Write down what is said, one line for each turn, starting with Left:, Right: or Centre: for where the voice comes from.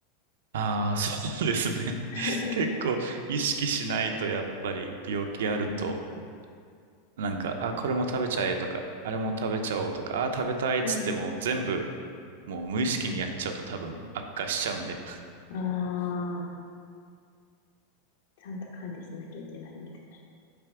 Right: ああ、<laughs> そうですね。
Left: <laughs>
Right: <laughs> 結構意識しないとやっぱり病気あると、
Left: はい。
Right: なんか、あ、これも食べちゃえとか、あれも食べちゃおうとか、あ、食べたいっつってもう全部
Left: はい。
Right: もう無意識にやっちゃうと多分悪化しちゃうんで。
Left: ああ、ちゃんと管理しなきゃいけないんですね。